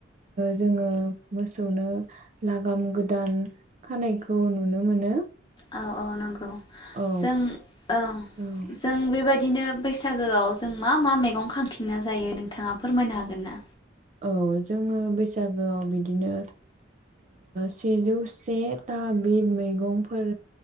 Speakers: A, on the right (about 40°); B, on the left (about 25°).
A: जोङो मोसौनो लागाम गोदान खानायखौ नुनो मोनो
B: औ औ नंगौ जों
A: औ
B: ओं
A: औ
B: जों बेबायदिनो बैसागोआव जों मा मा मैगं खांथिंना जायो नोंथाङा फोरमायनो हागोन ना
A: औ जोङो बैसागोआव बिदिनो सेजौ सेथा बिद मैगंफोर